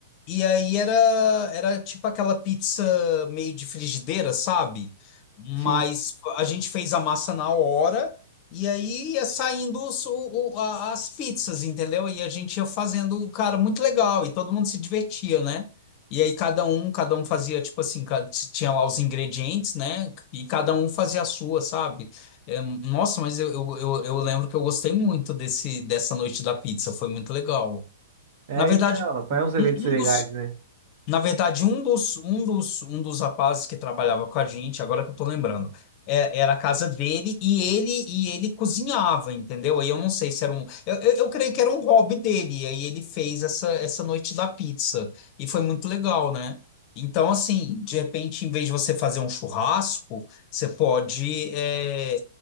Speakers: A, on the left (about 40°); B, on the right (about 55°).
A: E aí era, era tipo aquela pizza meio de frigideira, sabe? Mas
B: sim
A: a gente fez a massa na hora e aí ia saindo os- o- o- a- as pizzas, entendeu? E a gente ia fazendo, um cara, muito legal e todo mundo se divertia, né? E aí cada um, cada um fazia tipo assim, ca- t- tinha lá os ingredientes, né? E cada um fazia a sua, sabe? É, nossa, mas eu, eu, eu, eu lembro que eu gostei muito desse, dessa noite da pizza, foi muito legal.
B: É,
A: Na verdade,
B: então, faz uns eventos
A: um
B: legais,
A: um dos
B: né?
A: na verdade, um dos, um dos, um dos rapazes que trabalhava com a gente, agora que eu tô lembrando, é- era a casa dele e ele e ele cozinhava, entendeu? Aí eu não sei se era um. Eu, eu, eu creio que era um hobby dele. E aí ele fez essa, essa noite da pizza. E foi muito legal, né? Então, assim, de repente, em vez de você fazer um churrasco, você pode é,